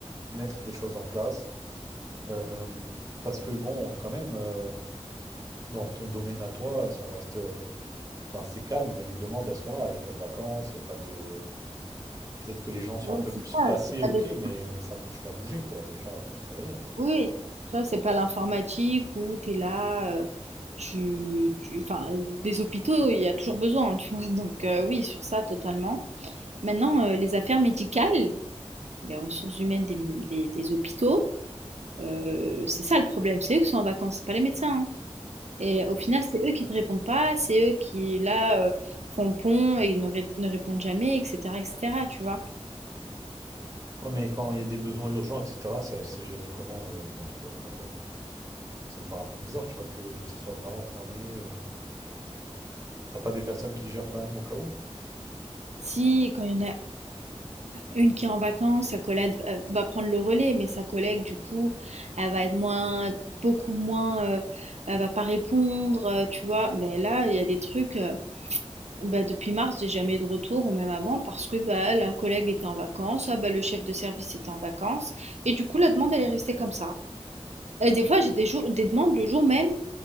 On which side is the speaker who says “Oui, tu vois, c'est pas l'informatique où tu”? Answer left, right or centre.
Right